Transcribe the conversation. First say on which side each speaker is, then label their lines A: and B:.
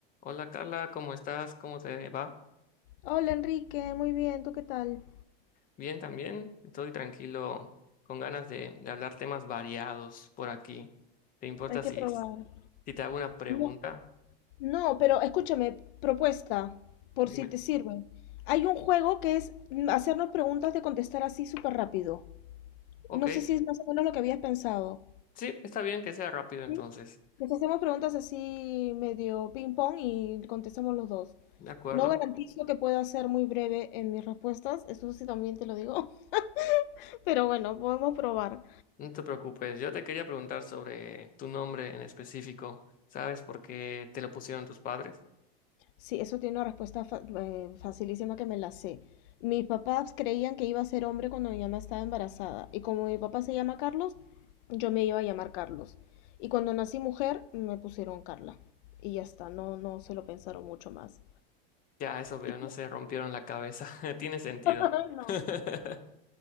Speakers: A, on the left; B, on the left.
A: Hola Carla, ¿cómo estás? ¿Cómo te va?
B: Hola Enrique, muy bien, ¿tú qué tal?
A: Bien también. Estoy tranquilo, con ganas de, de hablar temas variados por aquí. ¿Te importa
B: Hay que
A: si,
B: probar.
A: si te hago una pregunta?
B: No, no, pero escúchame, propuesta, por
A: Dime.
B: si te sirve. Hay un juego que es mm, hacernos preguntas de contestar así súper rápido.
A: Ok,
B: No sé si es más o menos lo que habías pensado.
A: sí, está bien que sea rápido entonces.
B: ¿Sí? Nos hacemos preguntas así medio ping pong y contestamos los dos.
A: De acuerdo,
B: No garantizo que pueda ser muy breve en mis respuestas, eso sí también te lo digo, <laughs> pero bueno, podemos probar.
A: no te preocupes. Yo te quería preguntar sobre tu nombre en específico. ¿Sabes por qué te lo pusieron tus padres?
B: Sí, eso tiene una respuesta fa- eh, facilísima que me la sé. Mis papás creían que iba a ser hombre cuando mi mamá estaba embarazada. Y como mi papá se llama Carlos, yo me iba a llamar Carlos. Y cuando nací mujer, me pusieron Carla. Y ya está, no, no se lo pensaron mucho más.
A: Ya, eso veo,
B: Y-
A: no se rompieron la cabeza. <laughs> Tiene sentido.
B: <laughs> No.
A: <laughs>